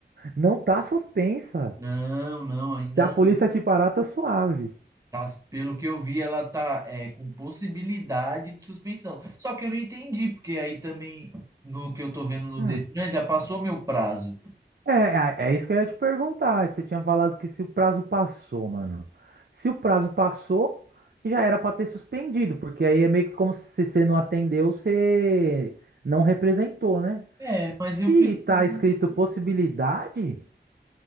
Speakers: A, on the right (about 60°); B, on the right (about 15°).
A: não tá suspensa.
B: Não, não, ainda
A: Se a
B: não.
A: polícia te parar, tá suave.
B: Tá, pelo que eu vi, ela tá é, com possibilidade de suspensão. Só que eu não entendi, porque aí também, no que eu tô vendo no
A: Hum.
B: Detran, já passou meu prazo.
A: É, é, é isso que eu ia te perguntar. Você tinha falado que se o prazo passou, mano. Se o prazo passou, já era pra ter suspendido, porque aí é meio que como se você não atendeu, você não representou, né?
B: É, mas
A: Se
B: eu pesquisei.
A: tá escrito possibilidade,